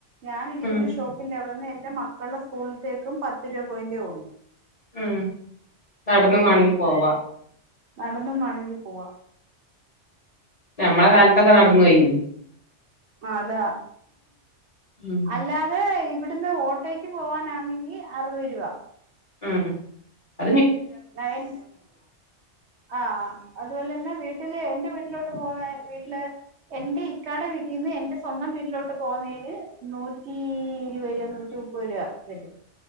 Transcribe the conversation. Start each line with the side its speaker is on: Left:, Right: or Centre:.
Right: ഞാനിരിക്കുന്ന
Left: ഉം
Right: ഷോപ്പിന്റെ അവിടുന്ന് എന്റെ മക്കളുടെ സ്കൂളിലത്തേക്കും പത്ത് രൂപ പോയിന്റേ ഉള്ളൂ
Left: മ്മ് നടന്നും
Right: ഉം
Left: വേണെങ്കി പോവാ
Right: നടന്നും വേണെങ്കി പോവാ
Left: ഞമ്മളെ കാലത്തൊക്കെ നടന്നു പോയിരുന്നു
Right: അതാ
Left: ഉം
Right: അല്ലാതെ ഇവിടുന്ന് ഓട്ടോയ്ക്ക് പോവാനാണെങ്കി അറുപത് രൂപ
Left: മ്മ്
Right: നയൽ ആഹ് അതുപോലെ തന്നെ വീട്ട വീട്ടില് എന്റെ വീട്ടിലോട്ട് പോകുന്ന വീട്ടില് എന്റെ ഇക്കാടെ വീട്ടിൽന്ന് എന്റെ സ്വന്തം വീട്ടിലോട്ട് പോകുന്നേ നൂറ്റി ഇരുപത് രൂപ നൂറ്റി മുപ്പത് രൂപ വരും